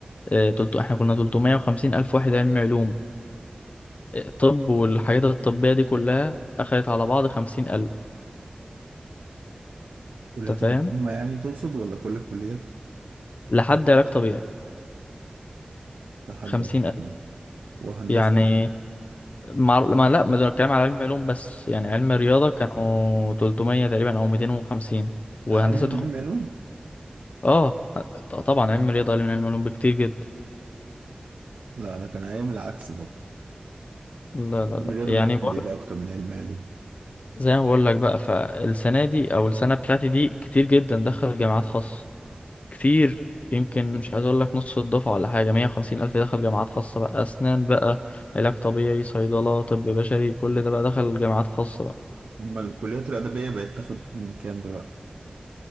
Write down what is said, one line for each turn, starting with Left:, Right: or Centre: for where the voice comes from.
Left: آه، تلتو احنا كنا 350 الف واحد علمي علوم آه، طب والحاجات الطبية دي كلها اخدت على بعض 50 الف
Right: كليات
Left: انت فاهم
Right: الحكومة يعني تقصد ولا كل الكليات
Left: لحد علاج طبيعي
Right: لحد
Left: 50
Right: آخر.
Left: الف
Right: وهندسة
Left: يعني مع... ما لا ما ده الكلام على علم علوم بس يعني علم رياضة كانوا 300 تقريبا او 250 وهندسة
Right: اقل
Left: تاخد
Right: من علم علوم
Left: اه ط- طبعا علم رياضة اقل من علم علوم بكتير جدا
Right: لا انا كان ايام العكس برضه
Left: لا لا لا
Right: علم الرياضة
Left: يعني
Right: دايما
Left: بقول...
Right: بيبقى اكتر من علم علوم
Left: زي ما بقول لك بقى فالسنة دي او السنة بتاعتي دي كتير جدا دخل جامعات خاصة كتير يمكن مش عايز اقول لك نص الدفعة ولا حاجة 150 الف دخل جامعات خاصة بقى اسنان بقى علاج طبيعي صيدلة طب بشري كل ده بقى دخل جامعات خاصة بقى
Right: اما الكليات الادبية بقت تاخد من كام دلوقتي